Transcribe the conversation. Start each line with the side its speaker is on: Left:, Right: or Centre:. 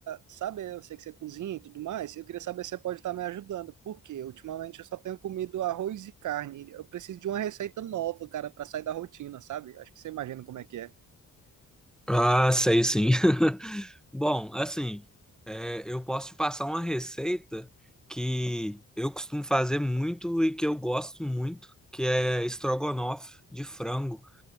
Right: saber, eu sei que você cozinha e tudo mais, eu queria saber se você pode estar me ajudando, porque ultimamente eu só tenho comido arroz e carne. Eu preciso de uma receita nova, cara, pra sair da rotina, sabe? Acho que você imagina como é que é.
Centre: Ah, sei sim. <laughs> Bom, assim, é, eu posso te passar uma receita que eu costumo fazer muito e que eu gosto muito, que é estrogonofe de frango.